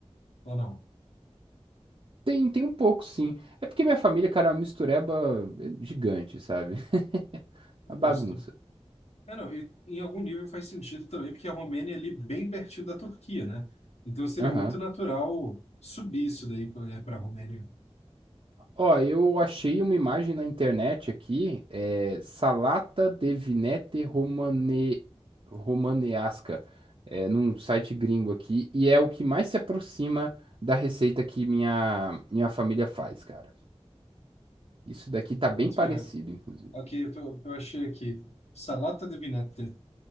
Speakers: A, on the left (about 75°); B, on the right (about 55°).
A: ou não?
B: Tem, tem um pouco, sim. É porque minha família, cara, é uma mistureba gigante, sabe? <laughs>
A: Justo.
B: A bagunça.
A: É, não, e em algum nível faz sentido também, porque a Romênia é ali bem pertinho da Turquia, né? Então seria
B: Aham.
A: muito natural subir isso daí para a Romênia.
B: Ó, eu achei uma imagem na internet aqui, é Salata de Vinete Romane... Romanesca, é, num site gringo aqui, e é o que mais se aproxima da receita que minha, minha família faz, cara. Isso daqui tá bem
A: Boto
B: parecido,
A: fé.
B: inclusive.
A: Ok, eu, tô- eu achei aqui. Salata de vinete.